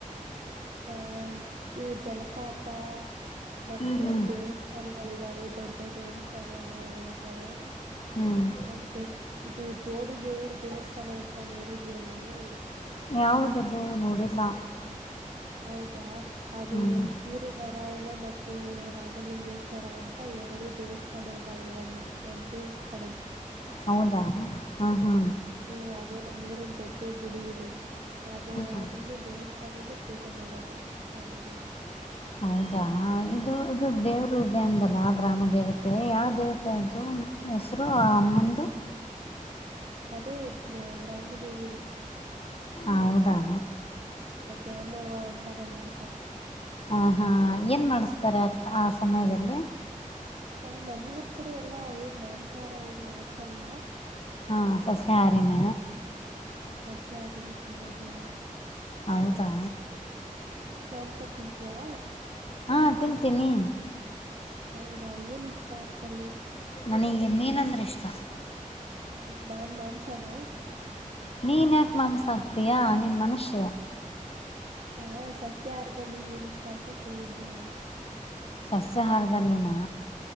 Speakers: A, on the right; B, on the left.
A: ಅಹ ಇವ ಜಲಪಾತ ಮತ್ತೆ
B: ಹ್ಮ್ ಹ್ಮ್
A: ದೇವಸ್ಥ ಸ್ಥಾನಗಳ ಇದಾವೆ ದೊಡ್ಡ ದೊಡ್ಡ ದೇವಸ್ಥಾನಗಳು ಇರುತ್ತಾವೆ
B: ಹ್ಮ್
A: ಮತ್ತೆ ಇದು ಜೋಡಿ ದೇವರ ದೇವಸ್ಥಾನ ಇಂತ ನೋಡಿದೀಯ ನೀನು
B: ಯಾವುದ್ದು ನೋಡಿಲ್ಲ
A: ಹೌದಾ ಅದು
B: ಹ್ಮ್
A: ಸೂರ್ಯ ನಾರಾಯಣ ಮತ್ತು ರಾಮಲಿಂಗೇಶ್ವರ ಅಂತ ಎರಡು ದೇವಸ್ಥಾನ ಇದ್ದಾವೆ ಒಂದು ಒಂದೇ ಕಡೆ
B: ಹೌದಾ ಹಾಂ ಹಾ
A: ಹ್ಮ ಅದೇ ನಮ್ಮ ಮೂರಲ್ಲಿ ದೊಡ್ಡ ಗುಡಿ ಇದೆ ಅದು
B: ಹ್ಮ್
A: ಅದನ್ನೇ ದೇವಸ್ಥಾನನೇ ಪೂಜೆ ಮಾಡೋದು ಯಾವಾಗಲೂ
B: ಹೌದಾ ಇದು ಇದು ದೇವರು ಇದೆ ಅಂದಲ್ಲ ಗ್ರಾಮ ದೇವತೆ ಯಾವ ದೇವತೆ ದು ಹೆಸರು ಆ ಅಮ್ಮಂದು
A: ಅದೇ ಗ್ರಾಮ ದೇವಿ ಇದೆ
B: ಹೌದಾ
A: ಅ ದ್ಯಾಮವ ಅಂತಾರಲ್ಲ ಆತರ
B: ಆ ಹಾ ಏನ್ ಮಾಡಿಸ್ತಾರೆ ಆ ಆ ಸಮಯದಲ್ಲಿ
A: ಹ ನಮ್ಮೂರ್ ಕಡೆ ಎಲ್ಲಾ ಏನ್ ಮಾಂಸಾಹಾರ ಏನ್ ಮಾಡ್ಸಲ್ಲ
B: ಹಾಂ ಸಸ್ಯ ಆರ್ಯನ
A: ಹ ಸಸ್ಯ ಆರಿನ ತಿನ್ನೋದೇ ಇಲ್ಲ
B: ಹೌದಾ
A: ನೀನು ಮಾಂಸ ತಿಂತೀಯಾ
B: ಹಾಂ ತಿಂತೀನಿ
A: ಹೌದಾ ಏನ್ ಇಷ್ಟ ಅದರಲ್ಲಿ
B: ನನಗೆ ಮೀನ್ ಅಂದ್ರೆ ಇಷ್ಟ
A: ಹ ನಾನ್ ಮಾಂಸಾನ
B: ನೀನು ಯಕ ಮಂಸ ಆಕ್ತಿಯಾ ನೀನು ಮನುಷ್ಯ
A: ಹ ಸಸ್ಯಾಹಾರದಲ್ಲಿ ಏನ ಇಷ್ಟ ಅಂತ ಕೇಳಿದ್ದು ನಾನು
B: ಸಸ್ಯಾಹಾರದಲ್ಲಿನಾ